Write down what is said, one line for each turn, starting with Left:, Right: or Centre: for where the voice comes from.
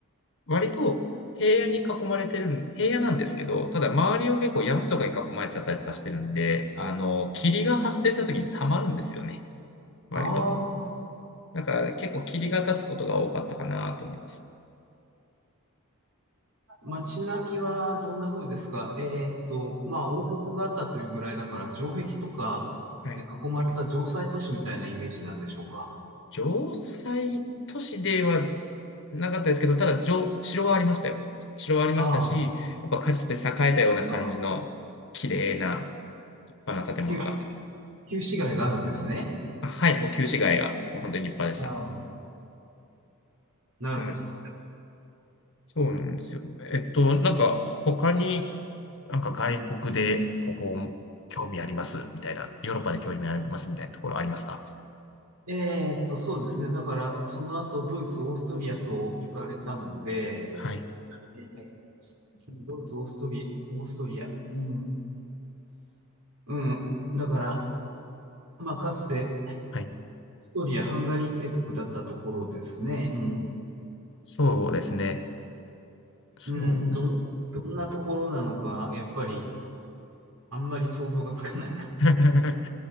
Left: 割と平野に囲まれてる、平野なんですけど、ただ周りを結構山とかに囲まれちゃったりとかしてるんで、あの、霧が発生した時に溜まるんですよね、割と。
Right: ああ、
Left: だから結構霧が立つことが多かったかなと思います。
Right: 街並みはどんな風ですかえーっと、まあ、王国があったというぐらいだから、城壁とかで囲まれた城塞都市みたいなイメージなんでしょうか
Left: はい。城西都市ではなかったですけど、ただ、城、城はありましたよ。城はありましたし、
Right: ああ、
Left: やっぱかつて栄えたような感じの綺麗な
Right: ああ
Left: 立派な建物が。
Right: 旧、旧市街があるんですね。
Left: あはい、もう旧市街がもう本当に立派でした。
Right: ああ、なるほど。
Left: はい。そうなんですよ。えっと、なんか他になんか外国でここ興味ありますみたいな、ヨーロッパで興味ありますみたいなところありますか
Right: えーっと、そうですね。だから、その後、ドイツ、オーストリアと行かれたので、
Left: はい。
Right: えードイツ、オーストリア、オーストリア、うん、うん。だから、まあ、かつて、オー
Left: はい。
Right: ストリア、ハンガリー帝国だったところですね。うん。
Left: そうですね。そう。
Right: うん、ど、どんなところなのか、やっぱり、あんまり想像がつかない。<laughs>
Left: <laughs>